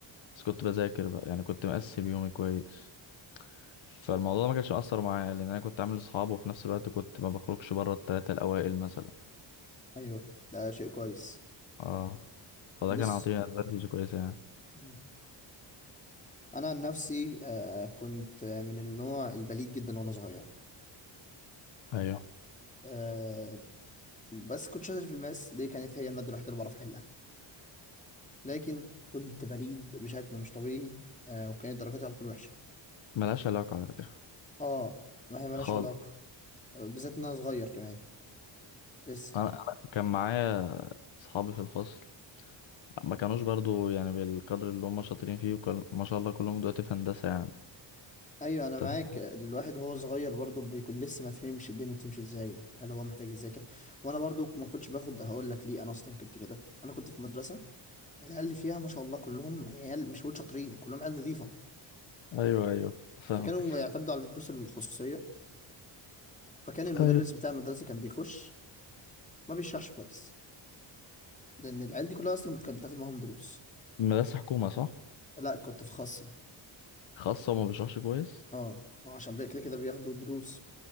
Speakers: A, on the left; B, on the left.
A: بس كنت بذاكر بقى يعني كنت مقسم يومي كويس فالموضوع ما كانش مأثر معايا لان انا كنت عامل اصحاب وفي نفس الوقت كنت ما بخرجش بره الثلاثه الاوائل مثلا
B: ايوه ده شيء كويس
A: اه فده
B: بص
A: كان عطيه ادفانتج كويسه يعني
B: مم. انا عن نفسي آه، كنت آه، من النوع البليد جدا وانا صغير
A: ايوه
B: آه، بس كنت شاطر في الماس دي كانت هي المادة الوحيدة اللي بعرف أحلها لكن كنت بليد بشكل مش طبيعي آه وكانت درجاتي على طول وحشة
A: ملهاش علاقه على فكره
B: اه ما هي ملهاش
A: خالص
B: علاقة آه، بالذات إن أنا صغير كمان لسه
A: انا أنا كان معايا اصحابي في الفصل ما كانوش برضو يعني بالقدر اللي هم شاطرين فيه وكل... ما شاء الله كلهم دلوقتي في هندسة يعني
B: أيوة أنا معاك
A: انت فاهم
B: آه، الواحد وهو صغير برضه بيكون لسه ما فهمش الدنيا بتمشي إزاي هل هو محتاج يذاكر وأنا برضه ما كنتش باخد هقول لك ليه أنا أصلا كنت كده أنا كنت في مدرسة العيال اللي فيها ما شاء الله كلهم عيال مش هقول شاطرين كلهم عيال نظيفة
A: ايوه ايوه فاهمك
B: فكانوا يعتمدوا على الدروس الخصوصية فكان المدرس
A: ايوه
B: بتاع المدرسة كان بيخش ما بيشرحش كويس لان العيال دي كلها اصلا كانت بتاخد معاهم دروس
A: مدرسة حكومة صح؟
B: لا كنت في خاصه
A: خاصة وما بيشرحش كويس
B: اه ما هو عشان بي- كده كده بياخدوا دروس